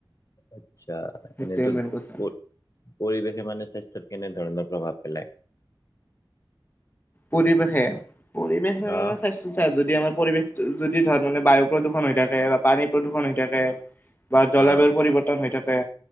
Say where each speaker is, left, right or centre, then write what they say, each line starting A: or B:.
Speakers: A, on the left; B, on the left.
A: আচ্ছা
B: সেইটোৱে
A: এনেইটো
B: মেইন কথা
A: পৰিৱেশে মানে স্বাস্থ্যৰ কেনে ধৰণৰ প্ৰভাৱ পেলাই
B: পৰিৱেশে পৰিৱেশে মানে
A: অ',
B: স্বাস্থ্য যদি আমাৰ পৰিৱেশ যদি ধৰ মানে বায়ু প্ৰদূষণ হৈ থাকে বা পানী প্ৰদূৰষণ হৈ থাকে বা জলবায়ু
A: অ',
B: পৰিৱৰ্তন হৈ থাকে